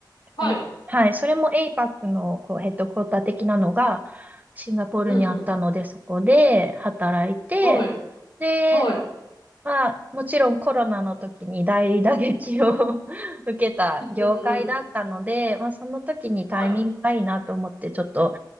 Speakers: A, on the left; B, on the right.
A: はい。
B: あ、はい、それも APAC のこうヘッドクォーター的なのがシンガポールにあったので、
A: うんうん。
B: そこで働いて、
A: はい、
B: で、
A: はい、
B: まあ、もちろんコロナの時に大打撃を <laughs> 受けた業界だったので、
A: うんうん、
B: まあ、その時にタイミングがいいなと思って、
A: はい、
B: ちょっと